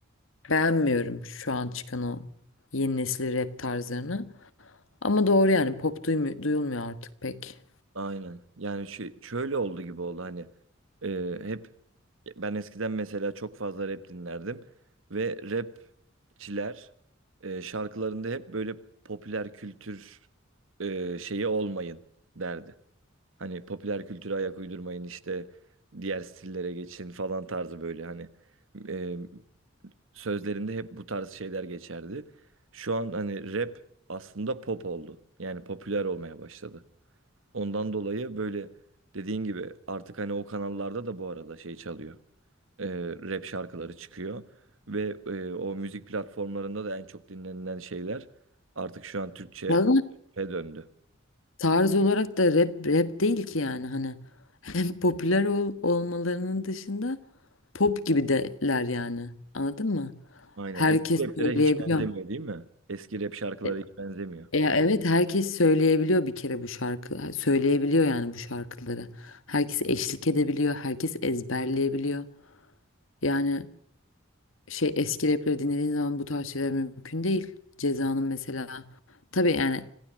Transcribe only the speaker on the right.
Aynen. Yani şö- şöyle oldu gibi oldu hani e, hep Ben eskiden mesela çok fazla rap dinlerdim ve rapçiler e, şarkılarında hep böyle popüler kültür e, şeyi olmayın derdi. Hani popüler kültüre ayak uydurmayın işte diğer stillere geçin falan tarzı böyle hani e, sözlerinde hep bu tarz şeyler geçerdi. Şu an hani rap aslında pop oldu. Yani popüler olmaya başladı. Ondan dolayı böyle dediğin gibi artık hani o kanallarda da bu arada şey çalıyor e, rap şarkıları çıkıyor. Ve e, o müzik platformlarında da en çok dinlenilen şeyler artık şu an Türkçe'ye
döndü.
Aynen.
Eski raplere
hiç benzemiyor değil mi? Eski rap şarkılara
hiç benzemiyor.